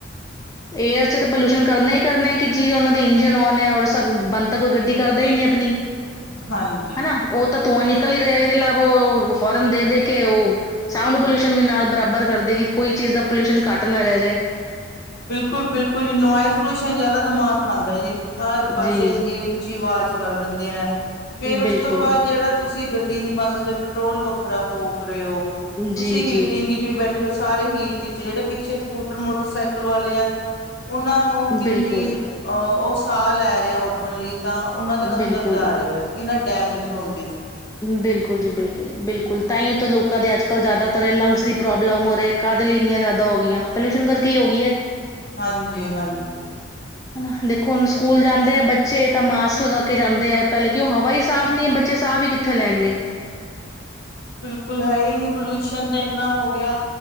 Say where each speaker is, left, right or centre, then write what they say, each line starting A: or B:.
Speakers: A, on the left (about 20°); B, on the left (about 55°).
A: ਏਅਰ ਚ ਤਾਂ ਪੋਲਿਊਸ਼ਨ ਕਰਨਾ ਹੀ ਕਰਨਾ ਏ, ਕਿ ਜੇ ਉਹਨਾਂ ਦੇ ਇੰਜਨ ਔਨ ਏ, ਸਭ ਬੰਦ ਤਾਂ ਕੋਈ ਗੱਡੀ ਕਰਦਾ ਹੀ ਨਹੀਂ ਆਪਣੀ।
B: ਹਾਂਜੀ
A: ਹਨਾ, ਉਹ ਤਾਂ ਧੂੰਆ ਨੀ ਨਿਕਲ ਰਿਹਾ, ਇਹਦੇ ਇਲਾਵਾ ਉਹ ਹੋਰਨ ਦੇ ਦੇ ਕੇ ਉਹ ਸਾਊਂਡ ਪੋਲਿਊਸ਼ਨ ਵੀ ਨਾਲ ਬਰਾਬਰ ਕਰ ਦੇਗੇ ਕੋਈ ਚੀਜ਼ ਦਾ ਪੋਲਿਊਸ਼ਨ ਘੱਟ ਨਾ ਰਹਿ ਜੇ
B: ਬਿਲਕੁਲ ਬਿਲਕੁਲ ਜੀ ਨੋਇਸ ਪੋਲਿਊਸ਼ਨ ਜ਼ਿਆਦਾ ਦਿਮਾਗ ਖਾਂਦਾ ਜੀ ਹਰ ਪਾਸੇ
A: ਜੀ
B: ਇੰਨੀ ਉੱਚੀ ਆਵਾਜ਼ ਕਰ ਦਿੰਦੇ ਹੈ ਫੇਰ ਉਸ
A: ਬਿਲਕੁਲ
B: ਤੋਂ ਬਾਅਦ ਜਿਹੜਾ ਤੁਸੀਂ ਗੱਡੀ ਨੀ ਬੰਦ ਕਰਦੇ ਪੈਟਰੋਲ ਵੱਖਰਾ ਹੋ ਰਹੇ ਹੋ ਤੁਸੀਂ
A: ਜੀ ਜੀ
B: ਹੀਟਿੰਗ ਚ ਵੀ ਬੈਠੇ ਹੋ ਸਾਰੇ ਹੀਟ ਵਿਚ ਜਿਹੜੇ ਪਿੱਛੇ ਸਕੂਟਰ ਮੋਟਰਸਾਈਕਲ ਲ ਵਾਲੇ ਹੈ ਉਹਨਾਂ ਨੂੰ ਕਿੰਨੀ
A: ਬਿਲਕੁਲ
B: ਅ ਉਹ ਸਾਹ ਲੈ ਰਹੇ ਓਪਨਲੀ ਤਾਂ ਉਹਨਾਂ ਦੇ ਅੰਦਰ
A: ਬਿਲਕੁਲ
B: ਜਾ ਰਹੇ ਆ ਕਿੰਨਾ ਡੈਮੇਜ ਹੁੰਦਾ
A: ਬਿਲਕੁਲ ਜੀ ਬਿਲਕੁਲ ਬਿਲਕੁਲ ਤਾਂ ਉਹ ਤਾਂ ਲੋਕਾਂ ਦੇ ਅੱਜ ਕੱਲ ਜਿਆਦਾਤਰ ਲੰਗਸ ਦੀ ਪ੍ਰੋਬਲਮ ਹੋ ਰਹੀ ਕਾਦਲ ਇੰਨੀਆਂ ਜ਼ਿਆਦਾ ਹੋ ਗਈਆਂ ਪੋਲਿਊਸ਼ਨ ਕਰਕੇ ਹੀ ਹੋਗੀਆ ਹੈ
B: ਹਾਂਜੀ ਹਾਂਜੀ
A: ਹਨਾ ਦੇਖੋ ਹੁਣ ਸਕੂਲ ਜਾਂਦੇ ਆ ਬੱਚੇ ਤਾਂ ਮਾਸਕ ਲਗਾ ਕੇ ਜਾਂਦੇ ਆ ਪਹਿਲਾਂ ਕਿ ਉਹ ਹਵਾ ਹੀ ਸਾਫ਼ ਨੀ ਹੈ ਬੱਚੇ ਸਾਫ਼ ਹੀ ਕਿੱਥੇ ਲੈਣਗੇ
B: ਕੁਲਈ ਰਿਵੋਲਊਸ਼ਨ ਤਾਂ ਇੰਨਾ ਹੋ ਗਿਆ